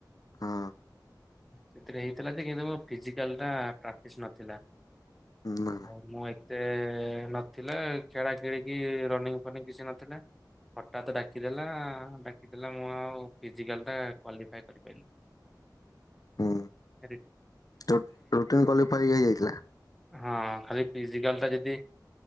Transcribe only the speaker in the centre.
ସେଥିରେ ହେଇଥିଲା ଯେ କିନ୍ତୁ ମୋ ଫିଜିକାଲ ଟା ପ୍ରାକ୍ଟିସ ନଥିଲା।
ଆଉ ମୁଁ ଏତେ ନଥିଲା ଖେଳା ଖେଳିିକି ରନିଂ ଫନିଂ କିଛି ନଥିଲା ହଠାତ୍ ଡାକିଦେଲା ଡାକିଦେଲା ମୁଁ ଆଉ ଫିଜିକାଲ ଟା କ୍ୱାଲିଫାଏ କରିପାରିଲିନି।
ଆରେ
ହଁ ଖାଲି ଫିଜିକାଲ ଟା ଯଦି